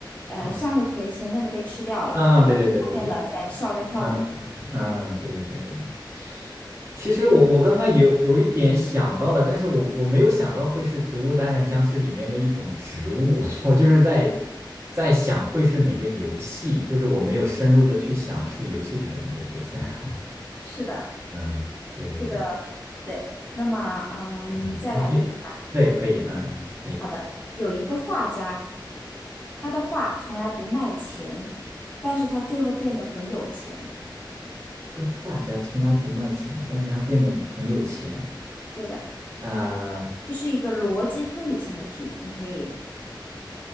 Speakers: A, on the left (about 20°); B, on the right (about 35°).
A: 呃，
B: 啊。
A: 向日葵前面的被吃掉了，
B: 嗯嗯，对对对，
A: 但是后面的在笑着跳舞。
B: 我知道。嗯嗯嗯，对对对对对。其实我我刚刚有有一点想到了，但是我我没有想到会是《植物大战僵尸》里面的一种植物，<laughs> 我就是在在想会是哪个游戏，就是我没有深入的去想是游戏里的哪个角色。<laughs>
A: 是的。
B: 嗯，对对对，
A: 这个。对，那么嗯，
B: 嗯，
A: 再来一个吧。
B: 你可以，对，可以，嗯嗯，可以。
A: 好的，有一个画家，他的画从来不卖钱，但是他最后变得很有钱。
B: 个画家从来不卖钱，但是他变得很有钱。
A: 对的，
B: 呃，
A: 这是一个逻辑推理性的题，你可以，